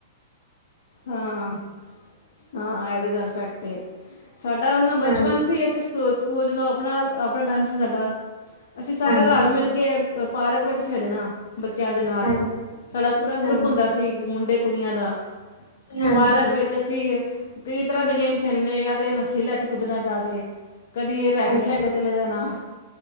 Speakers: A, on the left; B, on the left.
A: ਹਾਂ, ਹਾਂ ਐ ਤੇ ਗਾੱਲ ਫੈਕਟ ਏ ਸਾਡਾ ਓਨਾ ਬਚਪਨ
B: ਹਾਂ
A: ਸੀ ਅਸੀ ਸ ਕ ਸਕੂਲ ਜਦੋ ਅਪਣਾ-ਅਪਣਾ ਟਾਈਮ ਸੀ ਸਾਡਾ, ਅਸੀ ਸਾਰੇ
B: ਹਾਂਜੀ
A: ਰਾਲ ਮਿਲ ਕੇ ਪਾਰਕ ਵੇਚ ਖੇਡਣਾ। ਬੱਚੇਆਂ ਦੇ ਨਾਲ,
B: ਹਾਂਜੀ
A: ਸਾਡਾ ਪੂਰਾ ਗਰੁੱਪ
B: ਹਾਂਜੀ
A: ਓਂਦਾ ਸੀ ਮੁੰਡੇ ਕੁੜੀਆਂ ਦਾ।
B: ਹਾਂਜੀ
A: ਪਾਰਕ ਵੇਚ ਅਸੀ, ਕਈ ਤਰਾ ਦੇ ਗੇਮ ਖੇਲਨੇ ਯਾ ਤੇ ਰੱਸੀ ਲੈ ਕੇ ਕੁੱਦਨਾ ਜਾ ਕੇ। ਕਦੀ ਰੈਕਿਟ
B: ਹਾਂਜੀ
A: ਲੈ ਕੇ ਚਲੇ ਜਾਨਾ,